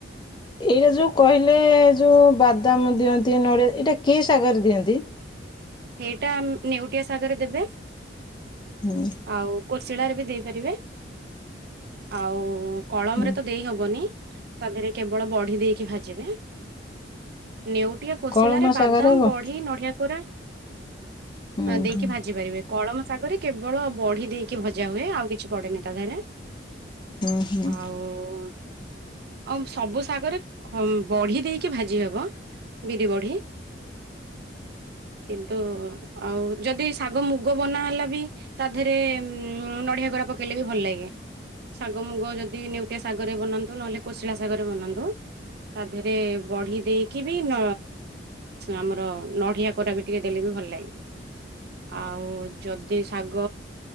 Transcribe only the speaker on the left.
ଏଇଟା ଯୋଉ କହିଲେ ଯୋଉ ବାଦାମ ଦିଅନ୍ତି ନଡ଼ିଆ ଏଇଟା କି ଶାଗରେ ଦିଅନ୍ତି।
ହୁଁ
ହୁଁ
କଳମ
ଶାଗରେ
ହୁଁ
ହୁଁ
ହୁଁ
ହୁଁ ହୁଁ।